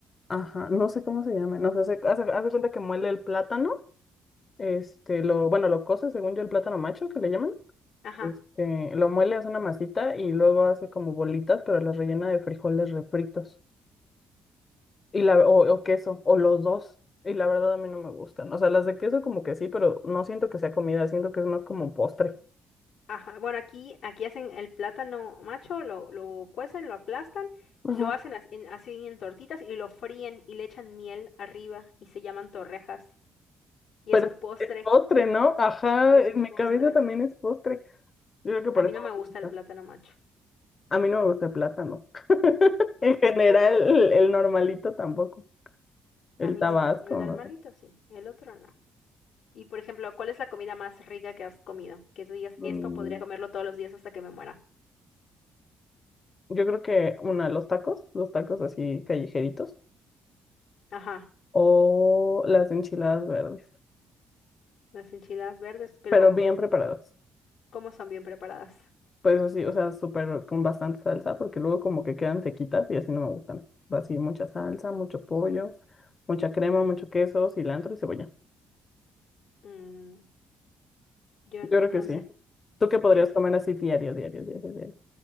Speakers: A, on the left (about 35°); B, on the left (about 80°).
A: Ajá, no sé cómo se llaman. No sé, hace, hace hace cuenta que muele el plátano. Este, lo, bueno, lo cose, según yo, el plátano macho, que le llaman.
B: Ajá,
A: Este, lo muele, hace una masita y luego hace como bolitas, pero las rellena de frijoles refritos. Y la, o, o queso, o los dos. Y la verdad a mí no me gustan. O sea, las de queso como que sí, pero no siento que sea comida, siento que es más como postre.
B: ajá. Bueno, aquí aquí hacen el plátano macho, lo lo cuecen, lo aplastan,
A: Ajá.
B: lo hacen as- en- así en tortitas y lo fríen y le echan miel arriba y se llaman torrejas y
A: Pero
B: es un postre,
A: es postre, ¿no? Ajá,
B: y es
A: en
B: un postre.
A: mi cabeza también es postre. Yo creo que por
B: A mí
A: eso
B: no me gusta
A: me gusta.
B: el plátano macho.
A: A mí no me gusta el plátano. <laughs> En general, el, normalito tampoco. El
B: A mí
A: tabasco,
B: sí, el normalito
A: no sé.
B: sí, el otro no. Y por ejemplo, ¿cuál es la comida más rica que has comido? Que tú digas,
A: Mm,
B: esto podría comerlo todos los días hasta que me muera.
A: Yo creo que una, los tacos, los tacos así callejeritos,
B: Ajá,
A: o las enchiladas verdes,
B: las enchiladas verdes, pero
A: pero bien preparadas.
B: ¿cómo son bien preparadas?
A: Pues así, o sea, súper con bastante salsa, porque luego como que quedan sequitas y así no me gustan. Así mucha salsa, mucho pollo, mucha crema, mucho queso, cilantro y cebolla.
B: Mm, yo
A: Yo
B: n-
A: creo
B: no
A: que sí.
B: sé,
A: ¿Tú qué podrías
B: yo no sé.
A: comer así diario, diario, diario, diario?